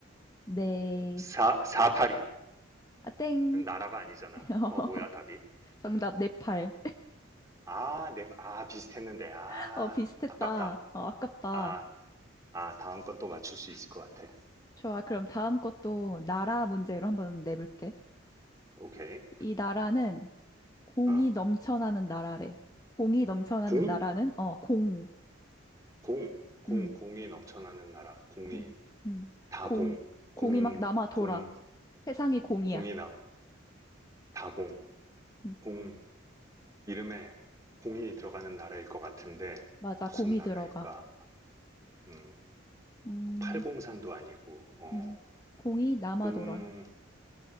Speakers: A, on the left; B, on the right.
A: 네.
B: 사, 사파리는
A: 아, 땡.
B: 나라가 아니잖아.
A: <laughs>
B: 어, 뭐야, 답이?
A: 정답, 네팔.
B: 아, 네, 아, 비슷했는데. 아,
A: <laughs> 어, 비슷했다.
B: 아깝다.
A: 어, 아깝다.
B: 아, 아, 다음 건 또 맞출 수 있을 것 같아.
A: 좋아. 그럼 다음 것도 나라 문제로 한번 내볼게.
B: 오케이.
A: 이 나라는 공이
B: 어,
A: 넘쳐나는 나라래. 공이 넘쳐나는
B: 공?
A: 나라는, 어, 공.
B: 공, 공,
A: 음,
B: 공이 넘쳐나는 나라. 공이
A: 음, 음.
B: 다공,
A: 공. 공이
B: 공,
A: 막 남아 돌아.
B: 공,
A: 세상이 공이야.
B: 공이 나 다공,
A: 음,
B: 공 이름에 공이 들어가는 나라일 것 같은데
A: 맞아.
B: 무슨
A: 공이
B: 나라일까?
A: 들어가.
B: 음,
A: 음,
B: 뭐 팔공산도 아니고 어,
A: 음. 공이 남아
B: 공
A: 돌아.